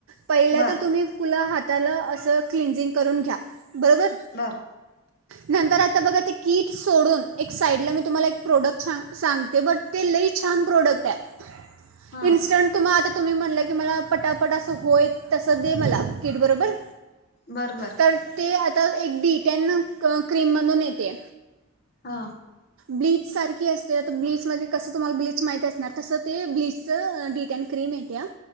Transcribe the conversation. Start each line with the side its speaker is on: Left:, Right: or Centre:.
Right: पहिला
Left: बर
Right: तर तुम्ही फुलं हाताला अस क्लीन्सिंग करून घ्या बरोर
Left: बर
Right: नंतर आता बघा ते कीट सोडून एक साईडला मी तुम्हाला एक प्रोडक्ट ां सांगते बट ते लई छान प्रोडक्ट आहे
Left: हा
Right: इन्स्टंट तुम्हाला आता तुम्ही म्हणलं की मला पटापट असं होयत तस दे मला किट बरोबर
Left: बरं बरं
Right: तर ते आता एक डी टॅन क्रीम म्हणून येते
Left: हा
Right: ब्लीच सारखी अस ते आता ब्लीच मध्ये कसं तुम्हाला ब्लीच माहती असणार तसं ते ब्लीच डिटॅन क्रीम येत्या